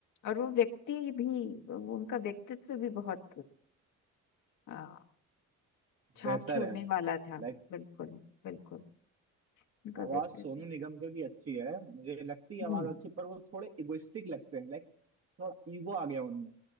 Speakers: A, on the left; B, on the right.
A: और वो व्यक्ति भी वो उनका व्यक्तित्व भी बहुत आ, छाप
B: बेहतर
A: छोड़ने
B: है
A: वाला था
B: लाइक
A: बिल्कुल बिल्कुल उनका
B: आवाज
A: व्यक्तित्व
B: सोनू निगम की भी अच्छी है मुझे लगती है
A: हम्म
B: आवाज अच्छी पर वो थोड़े इगोइस्टिक लगते हैं लाइक थोड़ा ईगो आ गया उनमें